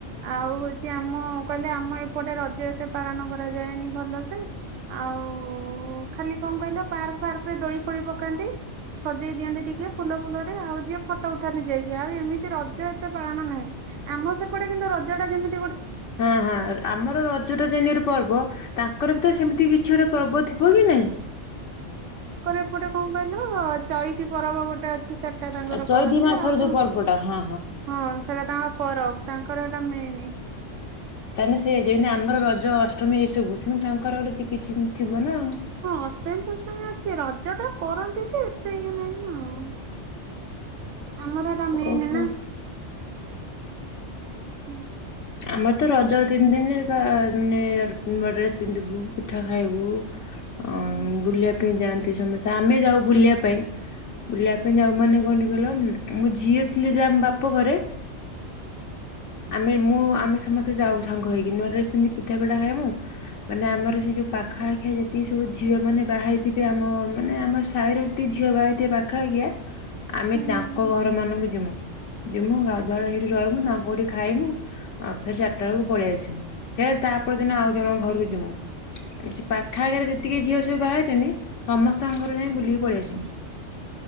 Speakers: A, on the right; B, on the left.
A: ଆଉ ହଉଛି ଆମ କହିଲେ ଆମ ଏପଟେ ରଜ ଏତେ ପାଳନ କରାଯାଏନି ଭଲ ସେ ଆଉ ଖାଲି କଣ କହିଲ ପାର୍କ ଫାର୍କରେ ଦୋଳି ପୋଡି ପକାନ୍ତି ସଜେଇ ଦିଅନ୍ତି ଟିକେ ଫୁଲ ଫୁଲରେ ଆଉ ଯିଏ ଫଟୋ ଉଠାନ୍ତି ଯାଇକି ଆଉ ଏମିତି ରଜ ଏତେ ପାଳନ ନାହିଁ ଆମ ସେପଟେ କିନ୍ତୁ ରଜଟା କେମିତି
B: ହଁ ହଁ ଆମର ରଜଟା ଯେମିତି ଗୋଟେ ପର୍ବ ତାଙ୍କର ବି ତ ସେମିତି କିଛି ଗୋଟେ ପର୍ବ ଥିବ କି ନାଇଁ
A: ତାଙ୍କର ଏପଟେ କଣ କହିଲ ଚଇତି ପରବ ଗୋଟେ ଅଛି। ସେଟା ତାଙ୍କର
B: ଆଉ ଚୈତି
A: କରନ୍ତି
B: ମାସର
A: ଆଉ
B: ଯୋଉ
A: କଣ
B: ପର୍ବଟା ହଁ
A: ହଁ ସେଟା ତାଙ୍କର ପର ତାଙ୍କର ଏଇଟା ମେନ
B: ତାମେ ସେ ଯେମିତି ଆମର ରଜ ଅଷ୍ଟମୀ ଏସବୁ ସେମିତି ତାଙ୍କର ଗୋଟେ କିଛି ଥିବ ନା ଆଉ
A: ହଁ ଅଷ୍ଟମୀ ଫଷ୍ଟମୀ ଅଛି ରଜ ଟା କରନ୍ତି ଯେ ଏତେ ଇଏ ନାହିଁ ଆଉ ଆମର ଏଟା ମେନ୍
B: ଓହୋ।
A: ନା <inaudible>
B: ଆମେ ତ ରଜ ତିନି ଦିନ ମାନେ ନୂଆ ଡ୍ରେସ ପିନ୍ଧିବୁ ପିଠା ଖାଇବୁ ଅ
A: ହୁଁ।
B: ବୁଲି ଯାଆନ୍ତି ସମସ୍ତେ ଆମେ ଯାଉ ବୁଲିବା ପାଇଁ ବୁଲିବା ପାଇଁ ଯାଉ ମାନେ କଣ କହିଲ ମୋ ଝିଅ ଥିଲି ଆମ ବାପ ଘରେ ଆମେ ମୁଁ ଆମେ ସମସ୍ତେ ଯାଉ ସାଙ୍ଗ ହେଇକି ନୂଆ ଡ୍ରେସ ପିନ୍ଧି ପିଠା ପଣା ଖାଏ ମୁଁ ମାନେ ଆମର ସେ ଯୋଉ ପାଖା ପାଖିଆ ଯେତିକି ସବୁ ଝିଅ ମାନେ ବାହାହେଇଥିବେ ଆମ ମାନେ ଆମ ସାହିର ଯେତିକି ଝିଅ ବାହାହେଇଥିବେ ପାଖ ପାଖିଆ ଆମେ
A: ହୁଁ
B: ତାଙ୍କ ଘର ମାନଙ୍କୁ ଯିମୁ ଯିମୁ ଗାଧୁଆହୋଇ ସେଇଠି ରହିବୁ ତାଙ୍କୁ ଏଠି ଖାଇମୁ ଆଉ ଫେର ଚାରିଟା ବେଳକୁ ପଳେଇ ଆସିବୁ ଫେର ତା ପର ଦିନ ଆଉ ଜଣଙ୍କ ଘରକୁ ଯିବୁ ସେ ପାଖ ଆଖରେ ଯେତିକି ଝିଅ ସବୁ ବାହା ହେଇଛନ୍ତି ସମସ୍ତଙ୍କ ଘର ଯାଇି ବୁଲିକି ପଳେଇ ଆସିମୁ।